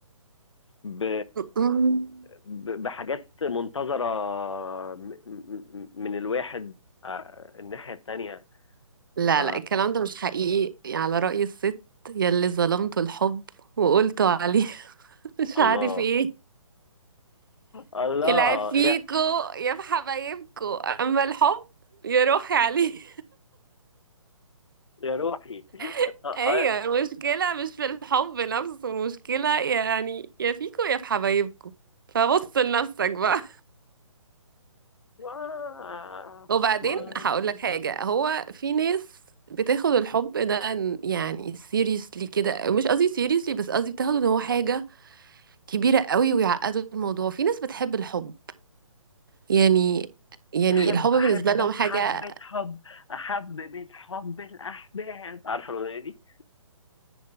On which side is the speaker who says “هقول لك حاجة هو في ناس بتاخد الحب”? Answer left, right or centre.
Right